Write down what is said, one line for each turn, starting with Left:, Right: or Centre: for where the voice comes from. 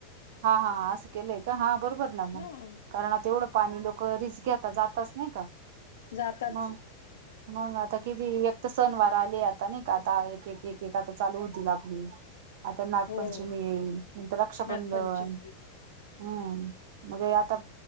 Right: हा हा असं केलंय का हा बरोबर ना मग
Left: हा
Right: कारणता एवढं पाणी लोक रिस्क घ्याताात जातच नाही का
Left: जाताच
Right: मग? मग आता किती एक तर सनवार आले आता नाही, का आता एक एक एक आता, चालू होतील आपली आता नागपंचमी
Left: हो
Right: येईल नंतर रक्षाबंधन
Left: नागपंचमी
Right: हम्म! मगे आता